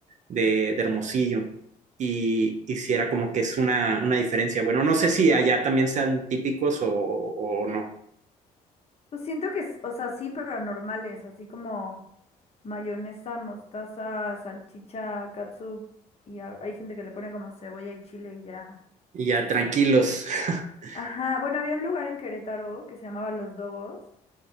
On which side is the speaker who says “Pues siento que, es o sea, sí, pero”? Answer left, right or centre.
Left